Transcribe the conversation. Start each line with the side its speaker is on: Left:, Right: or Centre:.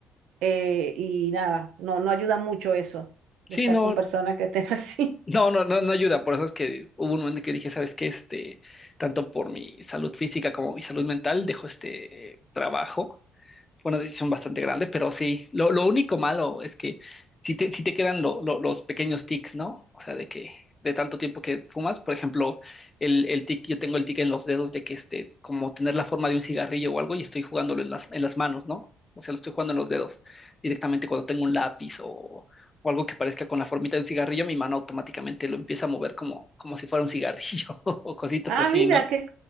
Right: Eh, y nada, no, no ayuda mucho eso, de
Left: Sí,
Right: estar
Left: no,
Right: con personas que estén <laughs> así.
Left: no, no, no, no ayuda. Por eso es que hubo un momento en que dije, ¿sabes qué? Este, tanto por mi salud física como mi salud mental, dejo este eh, trabajo Bueno, sí son bastante grandes, pero sí, lo, lo único malo es que si te, sí te quedan lo- lo- los pequeños tics, ¿no? O sea, de que de tanto tiempo que fumas, por ejemplo, el, el tic, yo tengo el tic en los dedos de que este, como tener la forma de un cigarrillo o algo y estoy jugándolo en las, en las manos, ¿no? O sea, lo estoy jugando en los dedos directamente cuando tengo un lápiz o, o algo que parezca con la formita de un cigarrillo, mi mano automáticamente lo empieza a mover como, como si fuera un cigarrillo <laughs> o cositas
Right: Ah,
Left: así,
Right: mira,
Left: ¿no?
Right: qué,